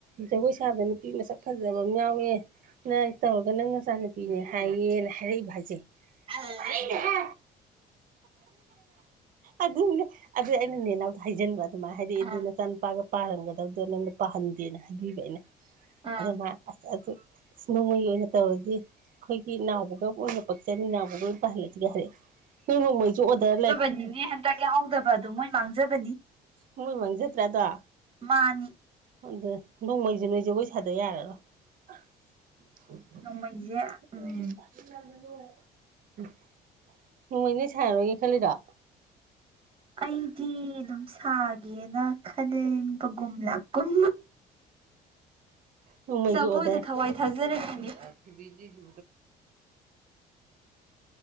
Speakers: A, on the right (about 55°); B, on the right (about 30°).
A: ꯖꯥꯒꯣꯏ ꯁꯥꯒꯥꯅꯨ ꯅꯨꯄꯤ ꯃꯁꯛ ꯐꯖꯕ ꯑꯃ ꯌꯥꯎꯋꯦ ꯅ ꯇꯧꯔꯒ ꯅꯪ ꯃꯆꯥꯅꯨꯄꯤꯅꯦ ꯍꯥꯏꯌꯦꯅ ꯍꯥꯏꯔꯛꯏꯕ ꯍꯥꯏꯁꯦ
B: ꯑꯥ
A: ꯇꯥꯅꯤꯡꯗꯦꯍꯦ ꯑꯗꯨꯅꯦ ꯑꯗꯨ ꯑꯩꯅ ꯅꯦꯅꯥꯎꯗ ꯍꯥꯏꯖꯤꯟꯕ ꯑꯗꯨꯃꯥꯏ ꯍꯥꯏꯔꯛꯏ
B: ꯑꯥ
A: ꯑꯗꯨꯒ ꯅꯆꯥ ꯅꯨꯨꯄꯥꯒ ꯄꯥꯍꯟꯒꯗꯕꯗꯣ ꯅꯪꯅ ꯄꯥꯍꯟꯗꯦꯅ ꯍꯥꯏꯕꯤꯕ ꯑꯩꯅ
B: ꯑꯥ
A: ꯑꯗꯣ ꯃꯥ ꯑꯁ ꯑꯗꯨ ꯑꯁ ꯅꯣꯡꯃꯩ ꯑꯣꯏꯅ ꯇꯧꯔꯗꯤ ꯑꯩꯈꯣꯏꯒꯤ ꯅꯥꯎꯕꯒ ꯑꯣꯏꯅ ꯄꯛꯆꯅꯤ ꯏꯅꯥꯎꯕꯒ ꯑꯣꯏꯅ ꯄꯍꯜꯂꯖꯤꯒ ꯍꯥꯏꯔꯦ ꯅꯣꯏ ꯅꯣꯡꯃꯩꯁꯨ ꯑꯣꯔꯗꯔ ꯂꯩ
B: ꯅꯤꯅꯦ ꯆꯥꯛ ꯌꯥꯎꯍꯧꯗꯕ ꯑꯗꯨ ꯃꯣꯏ ꯃꯥꯡꯖꯕꯅꯤ
A: ꯃꯣꯏ ꯃꯥꯡꯖꯗ꯭ꯥꯔ ꯑꯗꯣ
B: ꯃꯥꯅꯤ
A: ꯍꯣꯏꯗ ꯅꯣꯡꯃꯩꯁꯨ ꯅꯣꯏꯁꯦ ꯖꯒꯣꯏ ꯁꯥꯗ ꯌꯥꯔꯔꯣꯏ ꯑꯗꯨ <unintelligible>
B: ꯅꯣꯡꯃꯩꯁꯦ ꯎꯝ
A: <unintelligible> ꯅꯣꯡꯃꯩꯅꯦ ꯁꯥꯏꯔꯔꯣꯏꯒꯦ ꯈꯜꯂꯤꯗꯣ
B: ꯑꯩꯗꯤ ꯑꯗꯨꯝ ꯁꯥꯒꯦꯅ ꯈꯟꯕꯒꯨꯝꯂꯥꯛꯀꯨꯝ
A: ꯅꫭꯡꯃꯩꯒꯤ
B: ꯖꯒꯣꯏꯗ
A: ꯑꯣꯗꯔ
B: ꯊꯋꯥꯏ
A: <unintelligible>
B: ꯊꯥꯖꯔꯛꯈꯤꯅꯦ
A: <unintelligible> ꯀꯩꯅꯣ